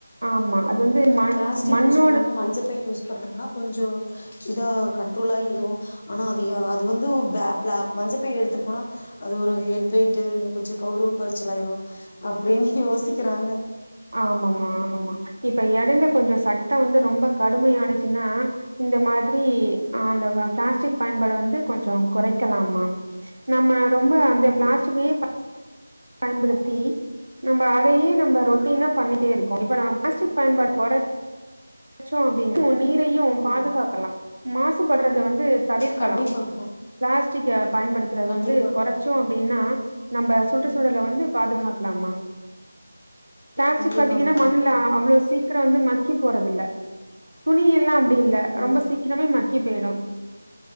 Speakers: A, on the right (about 75°); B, on the left (about 30°).
A: ஆமா அது வந்து மண்
B: பிளாஸ்டிக்
A: மண்ணோட
B: யூஸ் பண்ணாம மஞ்சப்பை யூஸ் பண்ணோம்னா கொஞ்சொ இதா கண்ட்ரோல் ஆயிரு ஆனா அது எ அது வந்து பா ப்ளாக் மஞ்ச பை எடுத்துட் போனா அது ஒரு ஹெட் வெயிட்டு் இந்த கொஞ்சொ கவுரவ கொரச்சல் ஆயிரு அப்டின் யோசி க்கிறாங்க
A: ஆமம்மா ஆமம்மா இப்ப எடைல கொஞ்சொ சட்ட வந்து ரொம்ப கடுமயானுச்சுன்னா இந்த மா திரி ஆண்டவ பிளாஸ்டிக் பயன்பாடு வந்து கொஞ்சொ கொறைக்கலாமா நம்ம ரொம்ப அந்து ப்ளாஸ்டிக்கயே
B: ம்
A: பயன்படு த்தி நம்ப அதயே நம்ப ரொட்டீனா பண்ணிட்டே இருக்கோ இப்ப நம்ம ப்ளாஸ்டிக் பயன்பாடு கொற ச்சோ அப்டின்னா நீ ரயு பாதுகாக்கலா
B: ம்
A: மாசு பட்றது வந்து தவிர்க்கலா
B: கண்டிப்பாங்க்கா
A: பிளாஸ்டிக்க பயன்படுத்துறது
B: கண்டிப்பாக்கா
A: வந்து கொறச்சோ அப்டின்னா நம்ப சுட்டு சூழல வந்து பாதுகாக்லாம்மா பிளாஸ்டிக்
B: கண்டிப்பாங்க்கா
A: பாத்தீங்கன்னா மண்ணுல அவ்ளோ சீக்கிர வந்து மக் கி போறதில்ல துணியெல் அப்டி இல்ல ரொம்ப
B: ம்
A: சீக்கிரமே மக்கி கி பேடும்